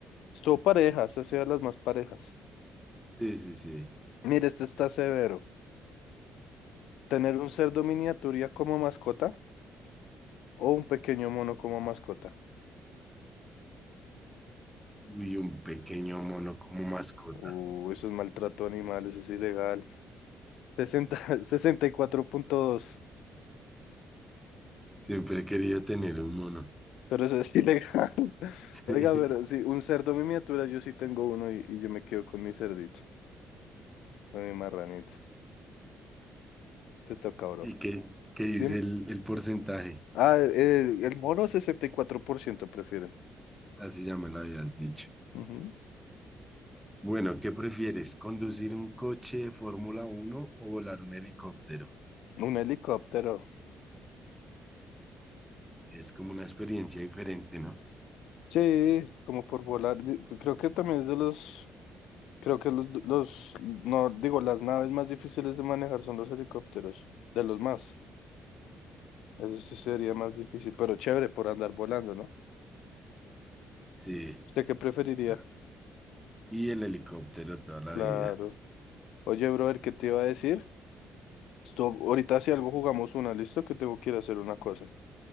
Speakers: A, on the left; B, in the centre.
A: Estuvo parejas, ha sido de las más parejas.
B: Sí, sí, sí.
A: Mire, este está severo. ¿Tener un cerdo miniatura como mascota o un pequeño mono como mascota?
B: Uy, un pequeño mono como mascota.
A: Uh, eso es maltrato animal, eso es ilegal. <laughs> 60, 64.2,
B: Siempre he querido tener un mono.
A: pero eso es ilegal. <laughs>
B: <laughs>
A: Oiga, pero sí, un cerdo miniatura, yo sí tengo uno y, y yo me quedo con mi cerdito, con mi marranito. Te toca, bro.
B: ¿Y qué, qué dice
A: Dime.
B: el, el porcentaje?
A: Ah, eh, el mono 64% prefieren.
B: Así ya me lo habías dicho.
A: Ujú.
B: Bueno, ¿qué prefieres? ¿Conducir un coche de Fórmula uno o volar un helicóptero?
A: Un helicóptero.
B: Es como una experiencia diferente, ¿no?
A: Sí, como por volar. di- pues, Creo que también es de los, creo que los, los, no, digo, las naves más difíciles de manejar son los helicópteros, de los más. Eso sí sería más difícil, pero chévere por andar volando, ¿no?
B: Sí.
A: ¿Usted qué preferiría?
B: ah, Y el helicóptero toda la
A: Claro.
B: vida.
A: Oye, brother, ¿qué te iba a decir? Esto- ahorita si algo jugamos una, ¿listo? Que tengo que ir a hacer una cosa.